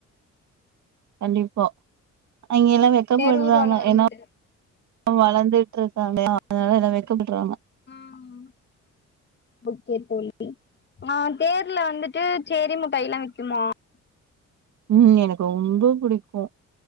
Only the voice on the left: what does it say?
தேர் ஊர்வலோ வரும்போது
ம் ஓகே தோழி ஆஹ் தேர்ல வந்துட்டு சேரி முட்டாய் எல்லா விக்குமா